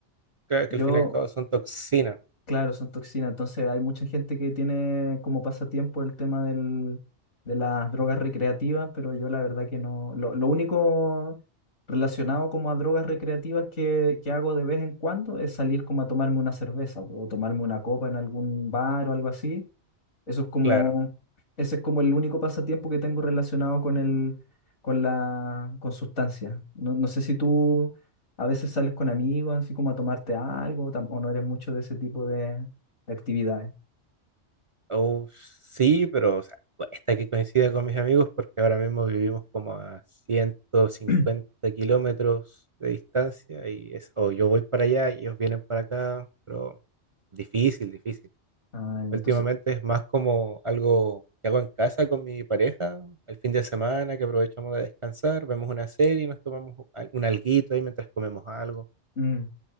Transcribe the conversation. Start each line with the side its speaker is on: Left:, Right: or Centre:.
Right: Claro
Left: yo
Right: que al fin y al cabo son toxinas,
Left: Claro, son toxinas. Entonces hay mucha gente que tiene como pasatiempo el tema del, de las drogas recreativas, pero yo la verdad que no. Lo, lo único relacionado como a drogas recreativas que, que hago de vez en cuando es salir como a tomarme una cerveza o tomarme una copa en algún bar o algo así. Eso es como,
Right: claro.
Left: ese es como el único pasatiempo que tengo relacionado con el, con la, con sustancia. No, no sé si tú a veces sales con amigos, así como a tomarte algo, tam- o no eres mucho de ese tipo de, de actividades.
Right: Oh, sí, pero o sea, cuesta que coincida con mis amigos porque ahora mismo vivimos como a ciento cincuenta
Left: <clears throat>
Right: kilómetros de distancia y es, o yo voy para allá y ellos vienen para acá, pero difícil, difícil.
Left: Ah, ya,
Right: Últimamente
Left: entonces,
Right: es más como algo que hago en casa con mi pareja, al fin de semana que aprovechamos de descansar, vemos una serie, nos tomamos al- un alguito ahí mientras comemos algo.
Left: mm,